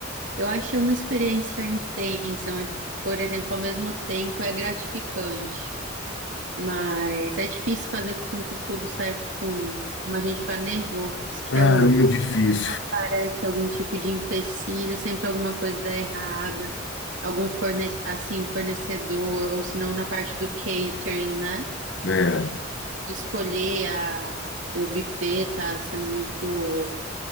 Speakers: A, on the right; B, on the left.
A: Eu achei uma experiência intensa, mas, por exemplo, ao mesmo tempo é gratificante. Mas é difícil fazer com que tudo saia com como a gente planejou. Isso que
B: Ah,
A: é o.
B: é muito difícil,
A: Parece algum tipo de empecilho, sempre alguma coisa dá errada. Algum forne assim, um fornecedor, ou se não na parte do catering, né?
B: né?
A: De escolher a... o buffet tá sendo muito